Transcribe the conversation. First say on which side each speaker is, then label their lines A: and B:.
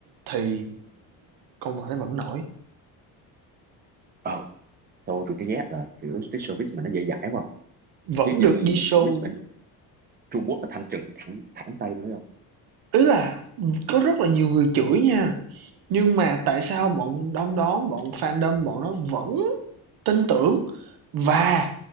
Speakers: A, on the right (about 65°); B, on the right (about 25°).
A: thì con vợ nó vẫn nổi
B: ờ tôi tôi thấy ghét là kiểu cái showbiz mà nó dễ dãi quá
A: vẫn
B: chứ như
A: được đi show
B: showbiz bên Trung Quốc là thanh trừng thẳng thẳng tay tôi không
A: ý là có rất là nhiều người chửi nha nhưng mà tại sao bọn đom đóm bọn fandom bọn nó vẫn Tin tưởng và